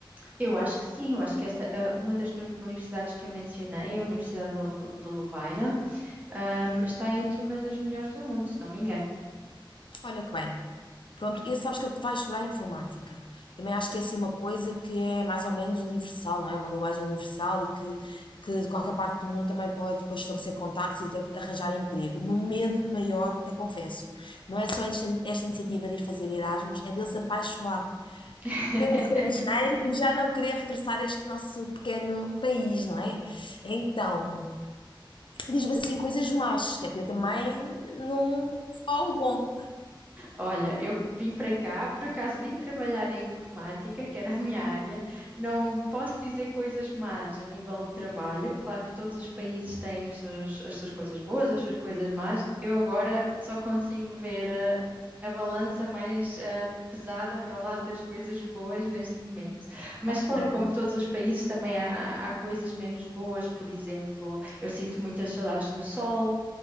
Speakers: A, on the right; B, on the left.
A: Eu acho que sim, eu acho que esta, ah, uma das nu- universidades que eu mencionei, a Universidade da Lu- de Lovaina, ahm, está entre uma das melhores do mundo, se não me engano.
B: Olha que bem. Pronto, e sabes que ele vai estudar informática. Também acho que é assim uma coisa que é mais ou menos universal, não é? Uma linguagem universal e que, que de qualquer parte do mundo também pode depois estabelecer contactos e até arranjar emprego. O meu medo maior, até confesso, não é só esta esta iniciativa de ir fazer Erasmus, é dele se apaixonar
A: <laughs>
B: pelo estrangeiro e já não querer regressar a este nosso pequeno país, não é? Então, diz-me assim coisas más, que é para eu também não. Só o bom.
A: Olha, eu vim para cá, por acaso vim trabalhar em informática, que era a minha área. Não posso dizer coisas más a nível de trabalho. Claro que todos os países têm os seus- as suas coisas boas, as suas coisas más. Eu agora só consigo ver eh, a balança mais eh, pesada para o lado das coisas boas neste momento. Mas
B: Ah,
A: claro,
B: tá bom.
A: como todos os países, também há, há coisas menos boas. Por exemplo, eu sinto muitas saudades do sol.